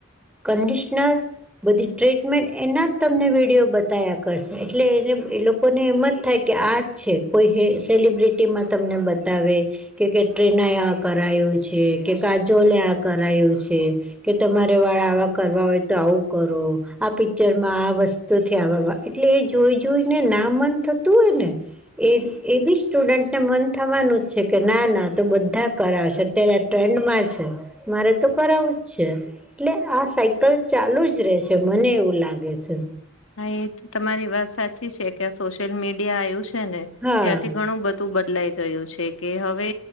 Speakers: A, in the centre; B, on the left (about 80°).
A: કન્ડિશનર બધી ટ્રીટમેન્ટ એના જ તમને વિડીયો બતાવ્યા કરશે એટલે એને એ લોકોને એમ જ થાય કે આ જ છે. કોઈ સેલિબ્રિટીમાં તમને બતાવે કે કે ટ્ટીના આ કરાયું છે કે કાજોલે આ કરાયું છે. કે તમારે વાળા આવા કરવા હોય તો આવું કરો આ પિચરમાં આ વસ્તુથી આ એટલે એ જોઈ જોઈને ના મન થતું હોય ને એ એ બી સ્ટુડન્ટને મન થવાનું જ છે કે ના ના તો બધા કરાવશે અત્યારે ટ્રેન્ડ માં છે મારે તો કરાવું જ છે. એટલે આ સાયકલ ચાલુ જ રહે છે મને એવું લાગે છે.
B: હાએસ્ક તમારી વાત સાચી છે કે આ સોશિયલ મીડિયા આવ્યું છે ને
A: હા
B: ત્યારથી ઘણું બધું. તુ બદલાઈ ગયો છે કે હવે